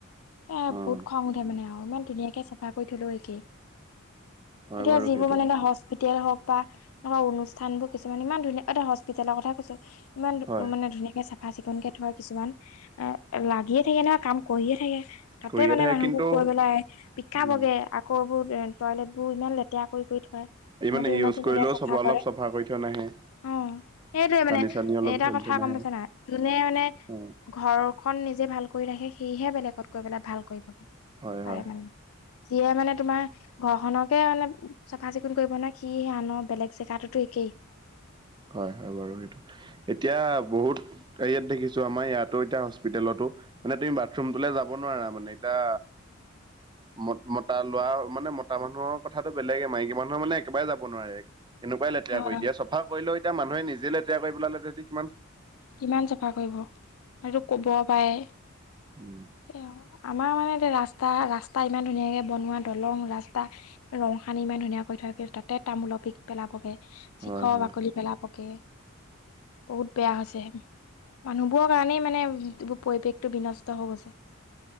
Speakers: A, on the left; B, on the right.
A: অহ,
B: অঁ
A: বহুত খং উঠে মানে আৰু ইান ধুনীয়াকে চাফা কৰি থলো একেই
B: হয়
A: এতিয়া
B: বাৰু
A: যিবোৰ
B: সেইটো
A: মানে এটা হোটেল হওক বা এনেকুৱা অনুষ্ঠান বোৰ কিছুমান ইমান ধুনীয়া এটা হস্পিতেলৰ কথা কৈছো ইমান
B: হয়
A: মানে ধুনীয়াকে চাফা চিকুণকে থোৱা কিছুমান এ লাগিয়ে থাকে ন কাম কৰিয়ে থাকে তাতে
B: কৰিয়ে
A: মানে
B: থাকে
A: মানুহবোৰ
B: কিন্তু
A: গৈ পেলাই পিকাব
B: উম,
A: গে আকৌবোৰ টয়লেট বোৰ ইমান লেতেৰা কৰি কৰি থয়। সিহঁতি
B: ই মানে ইউজ
A: ইমান ধুনীয়াকে
B: কৰিলেও
A: চাফা
B: চব অলপ
A: কৰে
B: চাফা কৰি থোৱা নাহে।
A: অ', সেইটোয়ে
B: পানী
A: মানে
B: চানী অলপ
A: এটা
B: ঢালি
A: কথা
B: থৈ নাহে
A: গম পাইছে নাই যোনে মানে
B: অ
A: ঘৰ খন নিজে ভাল কৰি ৰাখে সি হে বেলেগত গৈ পেলাই ভাল কৰিবগে
B: হয়
A: পাৰে
B: হয়
A: মানে। যিয়ে মানে তোমাৰ ঘৰ খনকে মানে চাফা চিকুণ কৰিব নোৱাৰে সি আনৰ বেলেগ জেগাতোতো একেই।
B: হয়, হয়, বাৰু। সেইটো এতিয়া বহুত হেৰিয়াত দেখিছো আমাৰ ইয়াতো এতিয়া হস্পিতেলতো মানে তুমি বাথৰুম তলৈ যাব নোৱাৰা মানে এতিয়া ম মতা লোৱা মানে মতা মানুহৰ কথাটো বেলেগে মাইকী মানুহে মানে একেবাৰে যাব নোৱাৰে। এনেকুৱাই লেতেৰা
A: হয়
B: কৰি দিয়া চফা কৰিলেও এতিয়া মানুহে নিজে লেতেৰা কৰি পেল লে থ
A: কিমান চাফা কৰিব আৰু ক'ব পাৰে এ
B: উম
A: আমাৰ মানে তে ৰাস্তা, ৰাস্তা ইমান ধুনীয়াকে বনোৱা দলং, ৰাস্তা, ৰং সানি ইমান ধুনীয়াাকৈ থয় কিন্তু তাতে তামোলৰ পিক পেলাবগে
B: হয়
A: চিখৰ
B: হয়
A: বাকলি পেলাবগে, বহুত বেয়া হৈছে। মানুহবোৰৰ কাৰনেই মানে এইোৰ পৰিৱেশটো বিনষ্ট হৈ গৈছে।